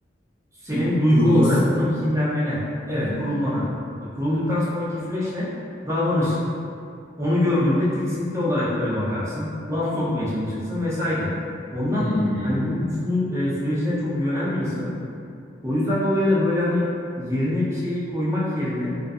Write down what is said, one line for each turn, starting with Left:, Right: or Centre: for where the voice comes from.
Right: Senin
Left: Bir
Right: duygu
Left: kurulursun.
Right: olarak buna kinlenmene, evet
Left: Hı hı.
Right: kurulmana. E, kurulduktan sonraki süreç ne? davranış. Onu gördüğünde tiksinti olarak böyle bakarsın. Laf sokmaya çalışırsın vesaire. Ondan
Left: Hı hı.
Right: hani bu üçlünün e, sürecine çok güvenen bir insanım. O yüzden dolayı da böyle hani yerine bir şeyi koymak yerine